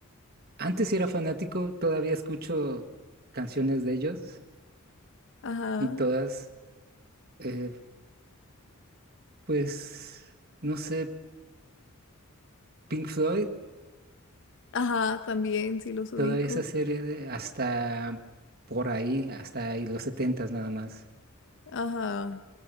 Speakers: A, on the right; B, on the left.
A: antes sí era fanático, todavía escucho canciones de ellos
B: Ajá,
A: y todas, eh, pues, no sé. Pink Floyd,
B: ajá, también, sí los ubico.
A: todavía esa serie de- hasta por ahí, hasta ahí, los setentas nada más.
B: Ajá.